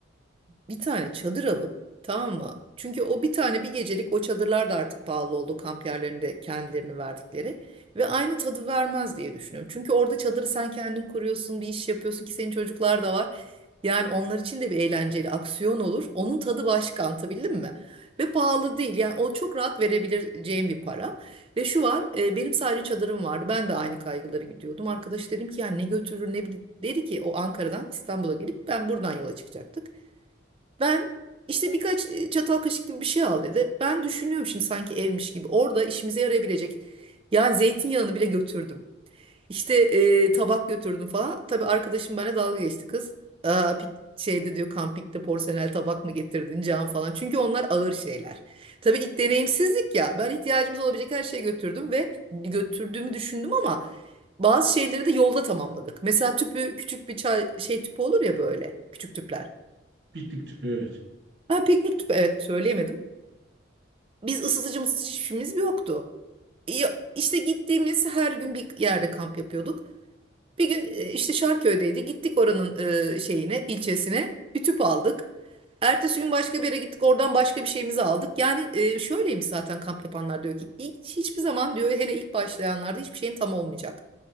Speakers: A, on the right; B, on the right.
A: bir tane çadır alıp tamam mı? Çünkü o bir tane bir gecelik o çadırlar da artık pahalı oldu kamp yerlerinde kendilerini verdikleri ve aynı tadı vermez diye düşünüyorum. Çünkü orada çadırı sen kendin kuruyorsun, bir iş yapıyorsun ki senin çocuklar da var. Yani onlar için de bir eğlenceli aksiyon olur. Onun tadı başka anlatabildim mi? Ve pahalı değil. Yani o çok rahat verebileceğim bir para. Ve şu var, e, benim sadece çadırım vardı. Ben de aynı kaygıları gidiyordum. Arkadaş dedim ki ya ne götürür ne bilir. Dedi ki o Ankara'dan İstanbul'a gelip ben buradan yola çıkacaktık. Ben işte birkaç e, çatal kaşık gibi bir şey al dedi. Ben düşünüyorum şimdi sanki evmiş gibi. Orada işimize yarayabilecek. Yani zeytinyağını bile götürdüm. İşte e, tabak götürdüm falan. Tabii arkadaşım benimle dalga geçti kız. Aa, pik- şeyde diyor kampikte porselen tabak mı getirdin cam falan. Çünkü onlar ağır şeyler. Tabii ilk deneyimsizlik ya. Ben ihtiyacımız olabilecek her şeyi götürdüm ve götürdüğümü düşündüm ama bazı şeyleri de yolda tamamladık. Mesela tüpü küçük bir çay şey tüpü olur ya böyle küçük tüpler.
B: Piknik tüpü evet.
A: Ha piknik tüpü evet söyleyemedim. Biz ısıtıcı mısıtıcı hiçbirimiz yoktu. Ya- İşte gittiğimiz her gün bir yerde kamp yapıyorduk. Bir gün e, işte Şarköy'deydi. Gittik oranın e, şeyine, ilçesine. Bir tüp aldık. Ertesi gün başka bir yere gittik. Oradan başka bir şeyimizi aldık. Yani e, şöyleymiş zaten kamp yapanlar diyor ki hiç, hiçbir zaman diyor hele ilk başlayanlarda hiçbir şeyin tam olmayacak.